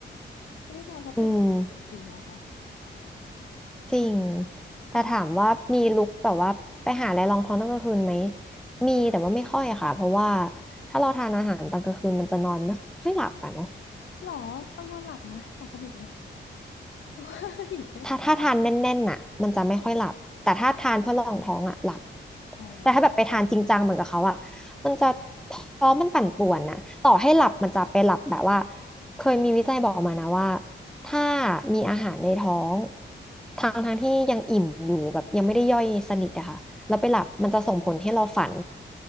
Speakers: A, on the left; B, in the centre.
A: รีบนอนเพราะตื่นมากินเป็นจริงนะคะ
B: อืม จริง
A: ใช่
B: แต่ถามว่ามีลุคแบบว่าไปหาอะไรรองท้องตอนกลางคืนไหม มีแต่ว่าไม่ค่อยอะค่ะ เพราะว่าถ้าเราทานอาหารตอนกลางคืนมันจะนอนไม่ค่อยหลับอ่ะเนาะ
A: หรอต้องนอนหลับนะหลับสนิทเลย <laughs> เพราะว่าหิว
B: ถ้าถ้าทานแน่นๆน่ะมันจะไม่ค่อยหลับแต่ถ้าทานเพื่อรองท้องอ่ะหลับ
A: อ๋ออ๋อ
B: แต่ถ้าแบบไปทานจริงจังเหมือนกับเขาอ่ะมันจะท้องมันปั่นป่วนนะต่อให้หลับมันจะไปหลับแบบว่าเคยมีวิจัยบอกมานะว่าถ้ามีอาหารในท้องทางทางที่ยังอิ่มอยู่แบบยังไม่ได้ย่อยสนิทอะค่ะแล้วไปหลับมันจะส่งผลให้เราฝัน